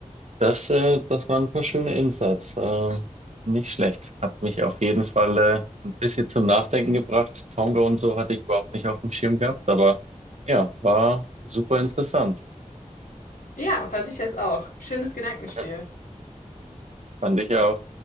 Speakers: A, on the right; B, on the left.
A: Das, äh, das waren ein paar schöne Insights. Äh, nicht schlecht. Hat mich auf jeden Fall äh, ein bisschen zum Nachdenken gebracht. Tonga und so hatte ich überhaupt nicht auf dem Schirm gehabt, aber ja, war super interessant.
B: Ja, fand ich jetzt auch. Schönes Gedankenspiel.
A: <laughs> Fand ich auch.